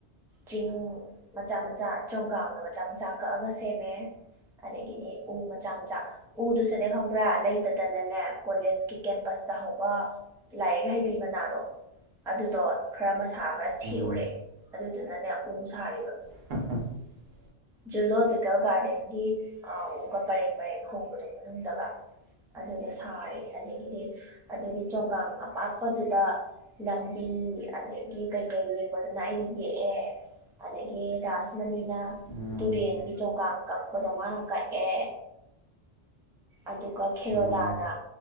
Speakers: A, in the centre; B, on the right (about 70°).
A: ꯆꯤꯡ ꯃꯆꯥ ꯃꯆꯥ ꯆꯣꯡꯒꯥꯡꯅ ꯃꯆꯥ ꯃꯆꯥ ꯀꯛꯑꯒ ꯁꯦꯝꯃꯦ ꯑꯗꯒꯤꯗꯤ ꯎ ꯃꯆꯥ ꯃꯆꯥ ꯎꯗꯨꯁꯨꯅꯦ ꯈꯪꯕ꯭ꯔꯥ ꯂꯩꯇꯗꯅꯅꯦ ꯀꯣꯂꯦꯖꯀꯤ ꯀꯦꯝꯄꯁ ꯗꯍꯧꯕ ꯂꯥꯏꯔꯤꯛ ꯍꯩꯕꯤ ꯃꯅꯥꯗꯣ ꯑꯗꯨꯗꯣ ꯈ꯭ꯔ ꯃꯁꯥ ꯈ꯭ꯔ ꯊꯦꯛꯎꯔꯦ
B: ꯎꯝ
A: ꯑꯗꯨꯗꯨꯅꯅꯦ ꯎ ꯁꯥꯔꯤꯕ
B: <unintelligible>
A: ꯖꯨꯂꯣꯖꯤꯀꯦꯜ ꯒꯥꯔꯗꯦꯟꯒꯤ ꯑ ꯎꯒ ꯄꯔꯦꯡ ꯄꯔꯦꯡ ꯍꯧꯕꯗꯣ ꯃꯅꯨꯡꯗꯒ ꯑꯗꯨꯗ ꯁꯥꯔꯦ ꯑꯗꯒꯤꯗꯤ ꯑꯗꯨꯒꯤ ꯆꯣꯡꯒꯥꯡ ꯄꯥꯛꯄꯗꯨꯗ ꯂꯝꯕꯤ ꯑꯗꯒꯤ ꯀꯩ ꯀꯩ ꯌꯦꯛꯄꯗꯨꯅ ꯑꯩꯅ ꯌꯦꯛꯑꯦ ꯑꯗꯒꯤ ꯔꯥꯁꯃꯅꯤꯅ
B: ꯎꯝ
A: ꯇꯨꯔꯦꯟꯒꯤ ꯆꯣꯡꯒꯥꯡ ꯀꯛꯄꯗꯣ ꯃꯥꯅ ꯀꯛꯑꯦ ꯑꯗꯨꯒ ꯈꯦꯔꯣꯗꯥꯅ
B: ꯎꯝ